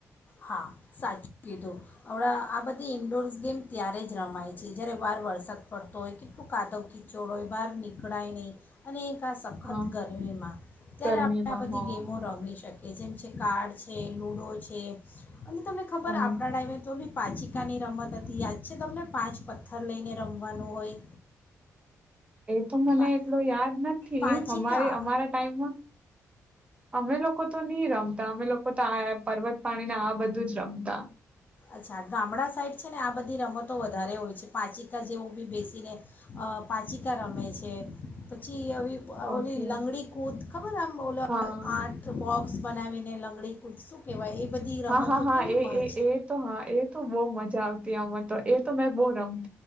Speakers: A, on the left; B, on the right.
A: હા સાચું કીધું હમણાં આ બધી ઇન્ડોર્સ ગેમ ત્યારે જ રમાય છે જ્યારે વાર વરસાદ પડતો હોય કેટલું કાદવ ખીચોડ હોય બહાર નીકળાય નહીં અને સખત
B: હા,
A: ગરમીમાં ત્યારે
B: ગરમીમાં.
A: આપણે આ બધી
B: હા,
A: ગેમો રમી શકીએ. કે જેમ છે કાર્ડ છે લૂડો છે અને તમને ખબર
B: હા.
A: આપડા ડ્રાઈવે તો પાચકાાની રમત હતી યાદ છે તમને પાંચ પથ્થર લઈને રમવાનું હોય.
B: એ તો મને
A: પા
B: એટલું યાદ નથી
A: પાચિકા
B: અમારે અમારા ટાઈમમાં અમે લોકો તો નહી રમતા અમે લોકો. તો આ પર્વત પાણીને આ બધું જ રમતા.
A: અચ્છા ગામડા સાઈડ છે ને આ બધી રમતો વધારે હોય છે પાચકાા જેવું બી બેસીને પાચિકા રમે છે પછી
B: ઓકે.
A: ઓલી લંગડી કૂદ ખબર એમ ઓલો
B: હા
A: આઠ બોક્સ બનાવીને લંગડી કૂદ શું કહેવાય એ. બધી
B: હા
A: રમતો
B: હા હા
A: કેવી
B: એ
A: મજ
B: એ એ તો હા. એ તો બહુ મજા આવતી અ તો એ તો મેં બહુ રમતી.